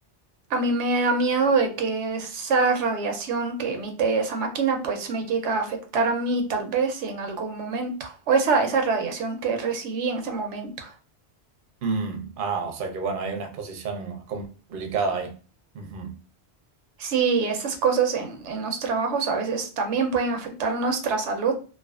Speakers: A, on the right; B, on the right.
A: a mí me da miedo de que esa radiación que emite esa máquina pues me llega a afectar a mí tal vez en algún momento, o esa, esa radiación que recibí en ese momento.
B: Mm, ah, o sea que bueno, hay una exposición más complicada ahí. Ujú.
A: Sí, esas cosas en, en los trabajos a veces también pueden afectar nuestra salud.